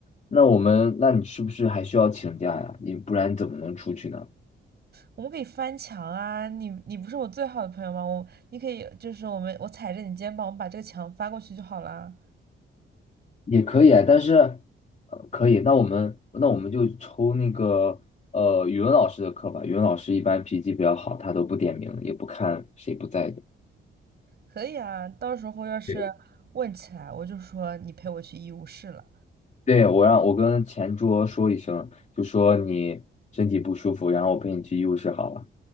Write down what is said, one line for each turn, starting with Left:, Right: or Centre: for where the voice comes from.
Left: 那我们，那你是不是还需要请假呀？你不然怎么能出去呢？
Right: 我们可以翻墙啊！你你不是我最好的朋友吗？我你可以就是我们我踩着你肩膀，我们把这个墙翻过去就好啦。
Left: 也可以啊，但是，呃，可以。那我们那我们就抽那个呃语文老师的课吧。语文老师一般脾气比较好，他都不点名，也不看谁不在的。
Right: 可以啊，到时候要是问起来，
Left: 对，
Right: 我就说你陪我去医务室了。
Left: 对，我让我跟前桌说一声，就说你身体不舒服，然后我陪你去医务室好了。